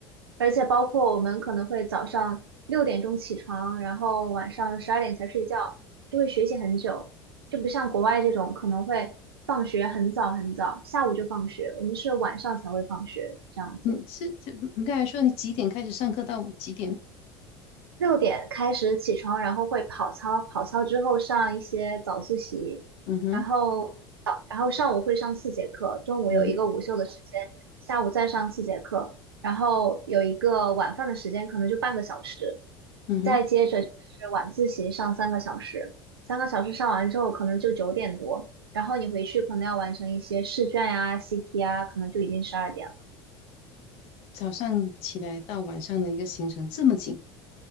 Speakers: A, on the right (about 75°); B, on the left (about 50°).
A: 而且包括我们可能会早上六点钟起床，然后晚上十二点才睡觉，就会学习很久，就不像国外这种可能会放学很早很早，下午就放学，我们是晚上才会放学这样子。
B: 你是这你刚才说你几点开始上课到几点？
A: 六点开始起床，然后会跑操，跑操之后上一些早自习，
B: 嗯哼，
A: 然后早，然后上午会上四节课，中午有一个午休的时间，
B: 嗯哼，
A: 下午再上四节课，然后有一个晚饭的时间，可能就半个小时，
B: 嗯哼，
A: 再接着就是晚自习上三个小时，三个小时上完之后可能就九点多，然后你回去可能要完成一些试卷呀、习题啊，可能就已经十二点了。
B: 早上起来到晚上的一个行程这么紧，